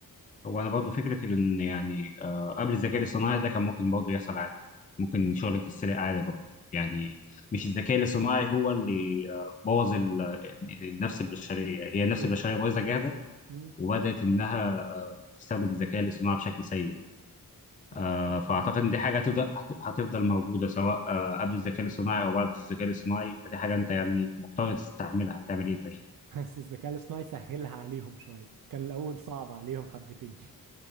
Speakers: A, on the left (about 25°); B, on the right (about 65°).
A: هو انا برضه فكره ان يعني آه، قبل الذكاء الاصطناعي ده كان ممكن برضه يحصل عادي ممكن شغلك يتسرق عادي برضه يعني مش الذكاء الاصطناعي هو اللي آه، بوظ ال- ال- النفس البشريه هي النفس
B: سو
A: البشريه بايظه جاهزه
B: مم،
A: وبدات انها آه، تستخدم الذكاء الاصطناعي بشكل سيء آه،
B: اتفق
A: فاعتقد
B: معاك
A: ان دي حاجه هتفضل هت- هتفضل موجوده سواء آه، قبل الذكاء الصناعي او بعد الذكاء الصناعي فدي حاجه انت يعني مضطر تستحملها هتعمل ايه طيب
B: بس الذكاء الاصطناعي سهلها عليهم شوية كان الأول صعب عليهم حبتين <laughs>